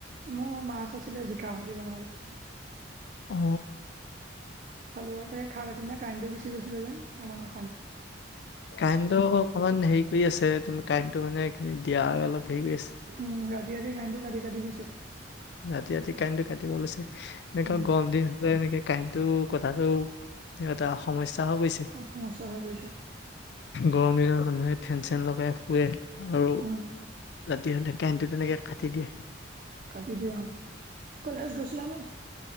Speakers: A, on the right; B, on the left.
A: মোৰ মাছ আছিলে জিকা হেদি বনালে।
B: অ
A: খালো আৰু। তাকে খাই একো নে কাৰেণ্টটো গুচি গৈছিলে যেন অমান
B: কাৰেণ্টো অকমান হেৰি কৰি আছে ত কাৰেণ্টটো মানে এইখিনি দিয়া আৰু অলপ <unintelligible> হেৰি কৰি আছে
A: উম, ৰাতি ৰাতি কাৰেণ্টটো কাটি কাটি দিছে।
B: ৰাতি ৰাতি কাৰেণ্টটো কাটিব লৈছে, এনেকুৱা
A: উম,
B: গৰম দিন হ'লে এনেকে কাৰেণ্টটো কথাটো, এটা সমস্যা। হৈ পৰিছে
A: হ সমস্যা হৈ পৰি
B: গৰম দিনত মানুহে ফেন-চেন লগাই শুৱে। আৰু
A: অহ'।
B: ৰাতি হ'লে কাৰণ্টটো তেনেকে কাটি দিয়ে।
A: কাটি দিয়ে অ, কলেজ গৈছিলানে?